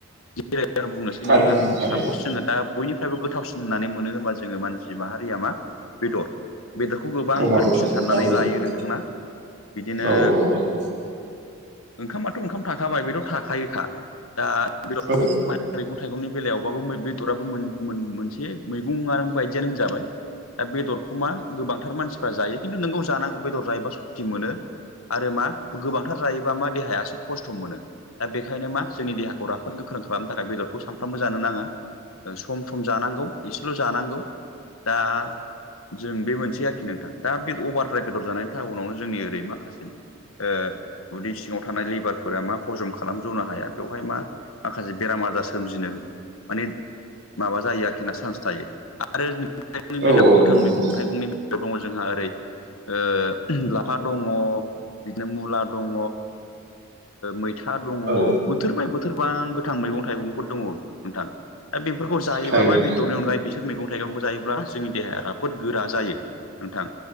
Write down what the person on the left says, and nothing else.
<unintelligible> बुंनोसै
नोंथां सापस
जोङो दा बयनिफ्रायबो गोथावसिन होननानै मोनो होनबा जोङो मानसि माहारिया मा बेदर बेदरखौ गोबां
गोथावसिन
साननानै
लायो नोंथां ना बिदिनो
ओंखामाथ' ओंखाम थाखाबाय बेथ' थाखायोखा दा बे <unintelligible>
मैगं थाइगंनि बेलायावबाबो बेदराबो मोन-मोन-मोनसे मैगंआानो बायदियानो होनजाबाय। दा बेदरखौ मा गोबांथार मानसिफ्रा जायो खिन्थु नोंगौ जानांगौ बेदर जायोबा सक्ति मोनो। आरो मा गोबांथार जायोबा मा देहायासो खस्थ' मोनो। दा बेखायनो मा जोंनि देहाखौ राफोद गोख्रों खालामनो थाखाय बेदरखौ सानफ्रोमबो जानो नाङा। सम सम जानांगौ एसेल' जानांगौ दा जों बे मोनसेै आरोखि नोंथां दा बे अभार द्राइभ बेदर जानायनि थ उनावनो जोंनि ओरै माखासे ओ उदै सिङाव थानाय लेबारफोरा मा हजम खालामज'नो हाया बेवहाय मा माखासे बेराम आजार सोमजिनो माने माबा जायो आरोखि ना चान्स थायो आरो मैगं थाइगंनि बेलायाव
गोथां
मैगं
थाइगंनि दङ जोंहा ओरै ओ लाफा दङ बिदिनो मुला दं मैथा दं।
बोथोर बाय बोथोर बां गोथां मैगं थाइगंफोर दङ नोंथां। दा बेफोरखौ जायोबा
मा बेदरनि अनलाय बे सोर मैगं थाइगंखौ जायोब्ला जोंनि देहाया राफोद गोरा जायो नोंथां।